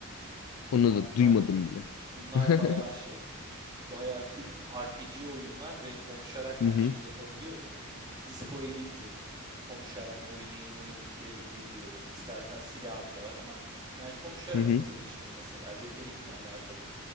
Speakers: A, on the left (about 70°); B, on the right (about 20°).
A: Onu
B: Abi
A: da
B: bunlar
A: duymadım bile.
B: bunlar
A: <laughs>
B: bayağı şey, bayağı kült RPG oyunlar ve konuşarak
A: Hı
B: her
A: hı.
B: şeyi yapabiliyorsun. Disco Elysium konuşarak oynayayım oyunu bitirebildiğim bir oyun. İstersen silahın da var ama ben konuşarak
A: Hı hı.
B: bitirmiştim mesela retorikle alakalı.